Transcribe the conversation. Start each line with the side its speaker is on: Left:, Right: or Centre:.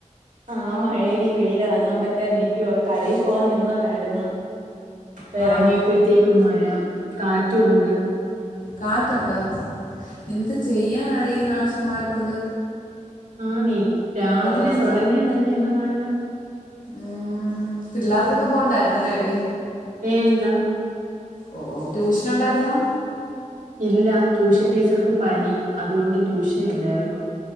Right: ആഹ് മഴയടി വെളിയിൽ എറങ്ങാൻ പറ്റാതിരിക്കുവാ കടയിൽ പോവാൻ നിന്നതായിരുന്ന് ഇപ്പ ഇറങ്ങിയപ്പഴത്തേക്കും
Left: ആന്നോ
Right: മഴ കാറ്റും ഒണ്ട്
Left: കാറ്റൊണ്ടോ എന്ത് ചെയ്യാനാടി ഈ നാശം മഴക്കൊണ്ട്
Right: ആഹ നീ രാവിലെ
Left: അവസ്ഥ
Right: തുടങ്ങിയതല്ലേ ഇന്ന് മഴ
Left: ഉം പിള്ളാർക്കിന്ന് പോവണ്ടായിരുന്ന് അല്ലേടി
Right: വേണ്ടാ
Left: ഓ ഓ ട്യൂഷൻ ഒണ്ടായിരുന്നോ
Right: ഇല്ല ട്യൂഷൻ ടീച്ചർക്ക് പനി അതുകൊണ്ട് ട്യൂഷൻ ഇല്ലായിരുന്നു